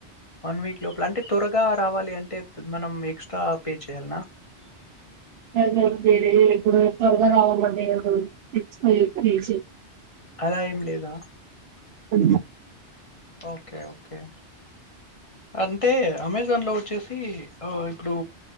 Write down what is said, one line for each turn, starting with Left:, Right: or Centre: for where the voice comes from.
Left: వన్ వీక్ లోపల అంటే త్వరగా రావాలి అంటే మనం ఎక్స్ట్రా పే చేయ్యాలనా
Right: వరే ఇప్పుడు త్వరగా రావమంటే తె
Left: అలా ఏం లేదా
Right: అ
Left: ఓకే ఓకే అన్ అంటే అమెజాన్లో వచ్చేసి సో ఇప్పుడు